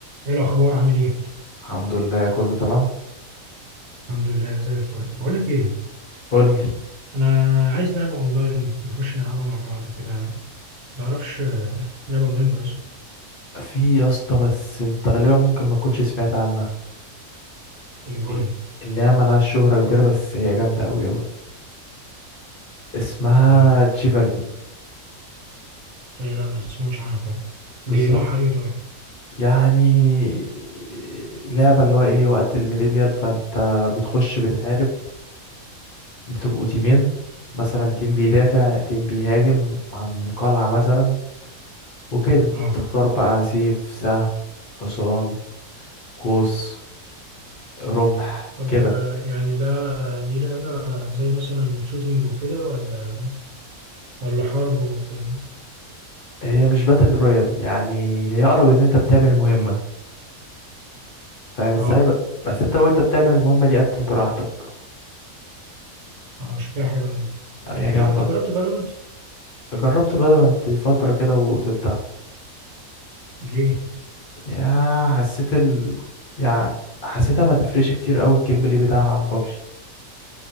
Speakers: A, on the right; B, on the left.
A: ايه الاخبار عامل ايه
B: الحمد لله كله تمام
A: الحمد لله زي الفل بقول لك ايه
B: قول لي
A: انا عايز لعبه اونلاين نخش نلعبها مع بعض كده ما تعرفش آه، لعبه اونلاين كويسه
B: في يا اسطى بس انت غالبا ممكن ما تكونش سمعت عنها
A: ايه قول
B: إيه؟
A: لي
B: اللي هي ملهاش شهرة كبيرة بس هي جامدة أوي أوي اسمها
A: اه
B: تشيفرلي
A: إيه لا ما سمعتش عنها فعلا
B: بالظبط
A: دي نوعها ايه طيب
B: يعني لعبة اللي هو ايه وقت الميديفيال فانت بتخش بتحارب بتبقوا تيمين مثلا تيم بيدافع تيم بيهاجم عن قلعة مثلا وكده
A: اه
B: بتختار بقى سيف سهم حصان قوس رمح
A: طب
B: كده
A: آه، يعني ده دي لعبه زي مثلا شوتينج وكده ولا ولا حرب وكده
B: هي مش باتل رويال يعني هي اقرب ان انت بتعمل مهمة فاهم ازاي
A: اه
B: بقى بس انت وانت بتعمل المهمة دي قتل براحتك
A: اه شكلها حلو يعني.
B: لا، هي
A: انت
B: جامدة
A: انت جربت فالورنت
B: جربت فالورانت فترة كده وسبتها
A: ليه
B: يا حسيت ال يعني حسيتها ما تفرقش كتير قوي الجيم بلاي بتاعها عن بابجي